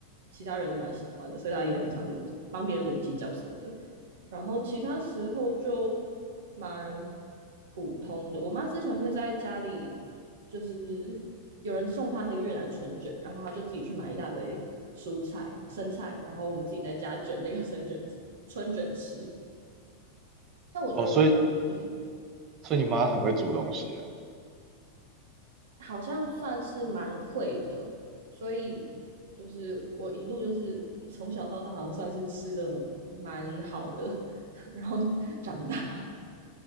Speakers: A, on the right; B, on the right.
A: 其他人都蛮喜欢的，所以她也很常卤，帮别人卤鸡脚什么的。然后其他时候就蛮普通的。我妈之前会在家里，就是有人送她那个越南春卷，然后她就自己去买一大堆蔬菜、生菜，然后我们自己在家卷那个生卷春卷吃。但我觉得我妈，
B: 哦，所以
A: 嗯，
B: 所以你妈很会煮东西耶
A: 好像算是蛮会的，所以就是我一路就是从小到大，好像算是吃的蛮好的，<laughs> 然后长大。